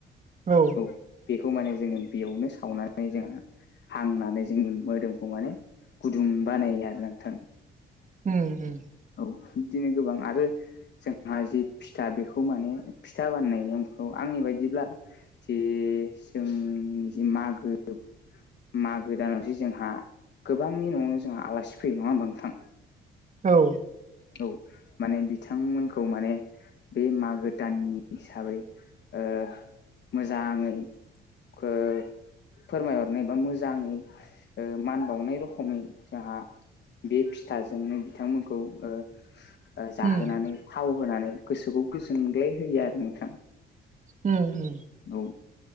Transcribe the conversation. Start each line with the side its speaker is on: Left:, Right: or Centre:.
Right: औ।
Left: औ बेखौ माने जोङो बेयावनो सावनानै जोंहा हांनानै जोंनि मोदोमखौ माने गुदुं बानायो आरोना नोंथां।
Right: उम उम।
Left: औ बिदिनो गोबां आरो जोंहा जि फिथा बेखौ माने फिथा बानायनायनिखौ आंनि बायदिब्ला जे जोंनि जे मागो मागो दानावसो जोंहा गोबांनि न'आवनो जोंहा आलासि फैयो नङा होमबा नोंथां?
Right: औ।
Left: औ माने बिथांमोनखौ माने बे मागो दाननि हिसाबै ओ मोजाङै <unintelligible> फोरमायहरनाय बा मोजाङै मान बावनाय रखोमै जोंहा बे फिथाजोंनो बिथांमोनखौ ओ ओ जाहोनानै
Right: उम
Left: थाव होनानै गोसोखौ गोजोनग्लाय होयो आरो नोंथां।
Right: उम उम
Left: औ